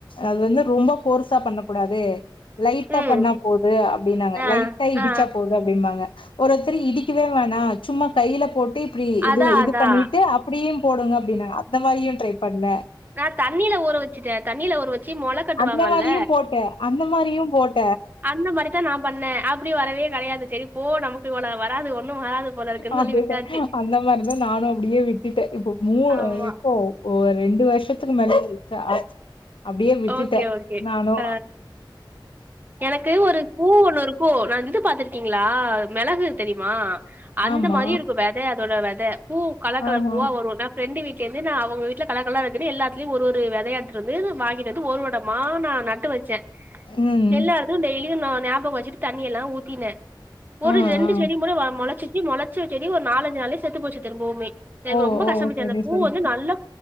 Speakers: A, on the left; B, on the right.
A: அது வந்து ரொம்ப போர்சா பண்ண கூடாது லைட்ட
B: ம்
A: பண்ணா போது அப்படின்னாங்க
B: ஆ
A: லைட்ட இடிச்சா
B: ஆ
A: போது அப்படிம்பாங்க ஒரு ஒருத்தர் இடிக்கவே வேணா சும்மா கைல போட்டு அப்டி இது
B: அதா
A: இது
B: அதா
A: பண்ணிட்டு அப்டியு போடுங்க அப்டின்னாங்க அந்த மாரியு ட்ரை பண்ண
B: நா தண்ணில ஊற வச்சுட்ட தண்ணில ஊற வச்சு மொள கட்டுவாங்கல்ல
A: அந்த மாரியு போட்டே அந்த மாரியு போட்டே
B: அந்த மாரிதா நா பண்ண அப்டி வரவே கெடையாது சரி போ நமக்கு இவ்ளோ வராது ஒன்னு வராது போல இருக்குன்னு
A: அதேதா
B: சொல்லி விட்டாச்சு
A: அந்த மாரிதா நானு அப்டியே விட்டுட்ட இப்ப மூ
B: ஆமா
A: எப்போ ஓ ரெண்டு வருஷத்துக்கு மேலயே வந்துச்சா அப்டியே விட்டுட்ட
B: ஓகே ஓகே
A: நானு
B: ஆ எனக்கு ஒரு பூ ஒன்னு இருக் பூ நா இது பாத்திருக்கீங்ளா மிளகு தெரியுமா அந்த
A: ஆமா.
B: மாரி இருக்கு வெத அதோட வெத பூ கலர்க்கலர்
A: ஆஹா.
B: பூவா வருல ஃபிரெண்டு வீட்லயுமே நா அவங்க வீட்ல கலர்கலரா இருக்குன்னு எல்லாத்துலயு ஒரு ஒரு வெத எடுத்து வந்து வாங்கி எது ஒருவடமா நா நட்டு வச்ச
A: ம்.
B: எல்லா எடத்துக்கு டெய்லியு ந ஞாபக வச்ட்டு தண்ணி எல்லா ஊ தின ஒரு
A: ஆ,
B: ரெண்டு
A: ஆ.
B: செடி முற மொளச்சிச்சு மொள ச்சு ஒரு நாலஞ்சு நாள்லயே செத்து போச்சு திரும்பவுமே எனக்கு
A: ஓ,
B: ரொம்ப
A: ஓ!
B: கஷ்டமாச்சு
A: சரி,
B: அந்த பூ
A: சரி.
B: வந்து நல்ல